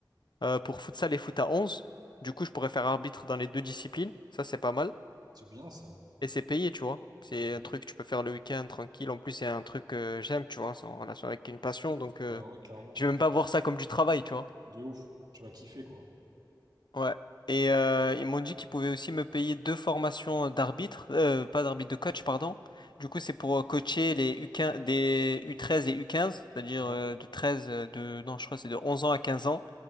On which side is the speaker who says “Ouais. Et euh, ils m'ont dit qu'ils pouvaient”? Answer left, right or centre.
Left